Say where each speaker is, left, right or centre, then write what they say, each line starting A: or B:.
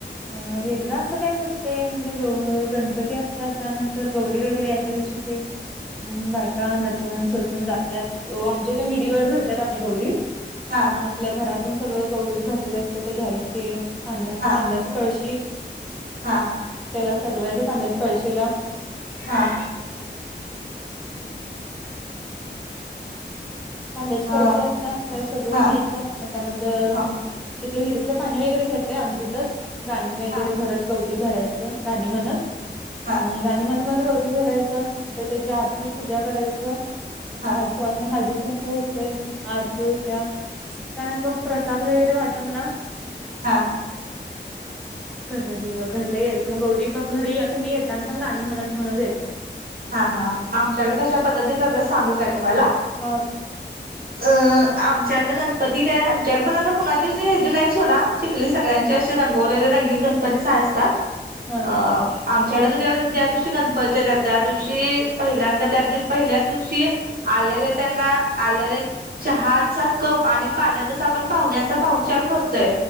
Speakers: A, in the centre; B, on the right.
A: अ वेगळं असं काही नसतंय म्हणजे गव गणपती असतात त्यानंतर गौरीे वगैरे यायच्या दिवशी ते हम् बायका नटून सजून जात्यात अ आमच्या इथे विहिरीवर भरत्यात आम्ही गौरी
B: हां
A: मग आपल्या घरातून सगळं गौरी भरलेले असते ते घ्यायचे पाण्याचं
B: हा
A: तांब्याचं कळशी
B: हा
A: त्याला सजवायचं तांब्याच्या कळशीला
B: हा
A: ताब्याची
B: हा
A: कळशी असत्या. त्याला सजवून
B: हा
A: न्यायचं मग त्यानंतर
B: हा
A: तिथलं विहिरीतलं पाणी वगैरे घेतय आम्ही तिथच. गाणी वगैरे
B: हा
A: भरत गौरी भरायचं. गाणी म्हणत
B: हा
A: आणि
B: हा
A: गा णी मन मन गौरी भरायचं तिथ त्याची आरती, पूजा करायचं
B: हा
A: पाच सवसण्या हळदी कुंकू कुंकू होते. आरती होत्या. त्यानंतर मग प्रसाद वगैरे वाटून ना.
B: हा.
A: <inaudible> घरला घ घरला यायचं. मग गौरी मग घरी येतान कणी पण गाणी म्हणत म्हणत येत्यात.
B: हा हा आमच्याकडे कशा पद्धती करत्यात सांगू काय तुम्हाला?
A: ह.
B: अं आमच्याकडें गणपती काय आमच्याकडे पण आता कुणाची हेजी नाहीत सोडा. चिखली सगळ्यांचे असे रंगवलेले रंगीत गणपतीच असतात.
A: हा
B: अ आमच्याकडे ज्या ज्या दिवशी गणपत्या येतात. त्या दिवशी पहिल्यांदा त्या दिवशी पहिल्याच दिवशी आलेले त्यांना आलेले चहाचा कप आणि पाण्याचा जसा आपण पाहुण्यांचा पाहून चार करतोय.